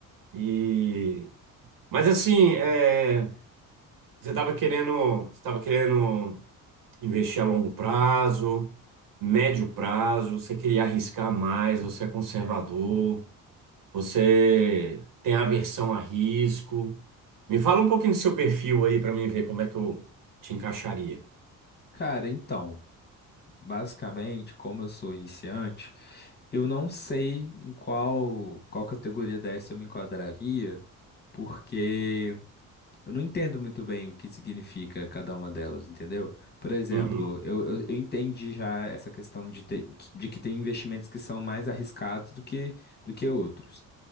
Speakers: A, on the right; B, on the left.
A: E... Mas assim, é, você estava querendo, você tava querendo investir a longo prazo, médio prazo, você queria arriscar mais, você é conservador, você tem aversão a risco. Me fala um pouquinho do seu perfil aí para mim ver como é que eu te encaixaria.
B: Cara, então, basicamente, como eu sou iniciante, eu não sei em qual, qual categoria dessa eu me enquadraria, porque Eu não entendo muito bem o que significa cada uma delas, entendeu? Por exemplo,
A: Uhum,
B: eu, eu, eu entendi já essa questão de, ter, de que tem investimentos que são mais arriscados do que, do que outros.